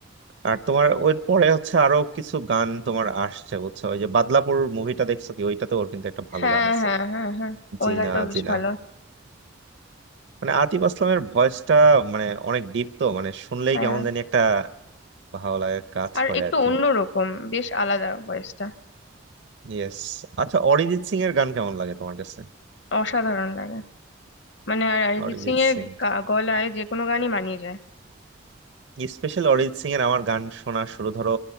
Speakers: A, on the right; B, on the left.
A: আর তোমার ওই পরে হচ্ছে আরো কিছু গান তোমার আসছে বুঝছো ওই যে বাদলাপুর মুভিটা দেখছো কি ওইটাতে ওর কিন্তু একটা ভালো
B: হ্যাঁ
A: গান আছে
B: হ্যাঁ হ্যাঁ হ্যাঁ ওই
A: জিনা
B: গানটাও বেশ
A: জিনা
B: ভালো
A: মানে আতিফ আসলামের ভয়েসটা মানে অনেক ডিপ তো মানে শুনলেই
B: হ্যাঁ
A: কেমন জানি একটা ভালো লাগে কাজ
B: আর
A: করে
B: একটু
A: আর কি
B: অন্যরকম বেশ আলাদা ভয়েসটা
A: ইয়েস আচ্ছা অরিজিৎ সিং এর গান কেমন লাগে তোমার কাছে
B: অসাধারণ লাগে মানে আর অরিজিৎ
A: অরিজিৎ
B: সিং এর
A: সিং
B: গা- গলায় যে কোনো গানই মানিয়ে যায়
A: স্পেশাল অরিজিৎ সিং এর আমার গান শোনা শুরু ধরো